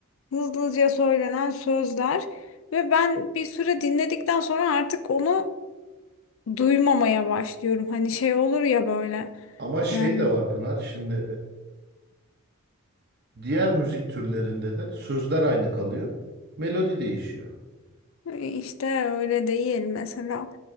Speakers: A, on the left; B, on the right.
A: hızlıca söylenen sözler ve ben bir süre dinledikten sonra artık onu duymamaya başlıyorum. Hani şey olur ya böyle.
B: Ama şey
A: e,
B: de var Pınar. Şimdi Diğer müzik türlerinde de sözler aynı kalıyor. Melodi değişiyor.
A: İşte öyle değil mesela.